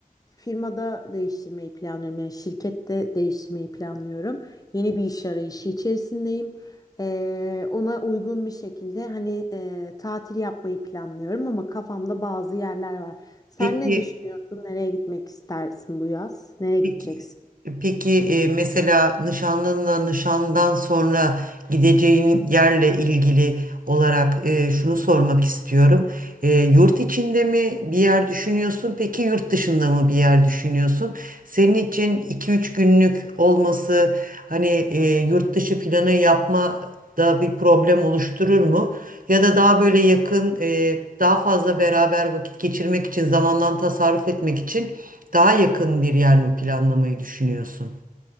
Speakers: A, on the left (about 25°); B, on the right (about 70°).
A: firmada değiştirmeyi planlıyorum yani şirkette değiştirmeyi planlıyorum. Yeni bir iş arayışı içerisindeyim. Eee, ona uygun bir şekilde hani eee, tatil yapmayı planlıyorum ama kafamda bazı yerler var. Sen
B: Peki,
A: ne düşünüyorsun? Nereye gitmek istersin bu yaz? Nereye gideceksin?
B: peki, peki e, mesela nişanlınla nişandan sonra gideceğin yerle ilgili olarak e, şunu sormak istiyorum. E, yurt içinde mi bir yer düşünüyorsun? Peki yurt dışında mı bir yer düşünüyorsun? Senin için iki üç günlük olması hani e, yurt dışı planı yapmada bir problem oluşturur mu? Ya da daha böyle yakın, e, daha fazla beraber vakit geçirmek için, zamandan tasarruf etmek için daha yakın bir yer mi planlamayı düşünüyorsun?